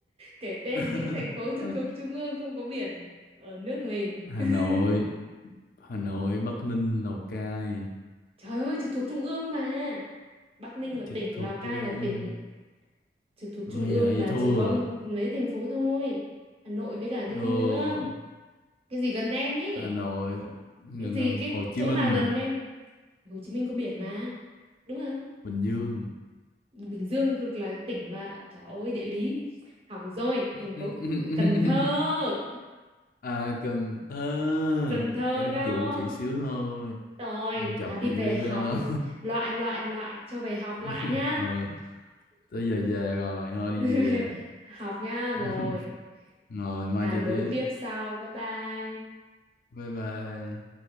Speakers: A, on the right (about 35°); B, on the left (about 55°).
A: kể tên
B: <laughs>
A: những thành phố trực thuộc trung ương không có biển ở nước mình
B: Hà
A: <laughs>
B: Nội Hà Nội Bắc Ninh Lào Cai
A: trời ơi trực thuộc trung ương mà Bắc Ninh là
B: trực
A: tỉnh
B: thuộc
A: Lào Cai
B: trung
A: là
B: ương
A: tỉnh trực thuộc
B: ôi
A: trung ương
B: giờ vậy
A: là
B: thua
A: chỉ có mấy thành phố thôi Hà Nội với cả cái
B: thua
A: gì nữa cái gì gần em ý
B: Hà Nội gần
A: cái gì cái
B: Hồ Chí
A: chỗ
B: Minh
A: nào gần em Hồ Chí Minh có biển mà đúng không
B: Bình Dương
A: Bình Dương là tỉnh mà trời ơi địa lý hỏng rồi
B: <laughs>
A: thành phố Cần Thơ
B: à Cần Thơ
A: Cần Thơ
B: em
A: đó
B: dụ chị xíu thôi
A: Rồi,
B: em chọc
A: nào đi
B: chị xíu
A: về học
B: thôi
A: loại loại loại cho về học
B: <laughs>
A: lại nhá.
B: thôi tới giờ về rồi thôi đi
A: <laughs>
B: về
A: Học nhá rồi.
B: <laughs> rồi mai
A: Nào
B: chơi
A: đối
B: tiếp
A: tiếp sau. Bye bye.
B: bye bye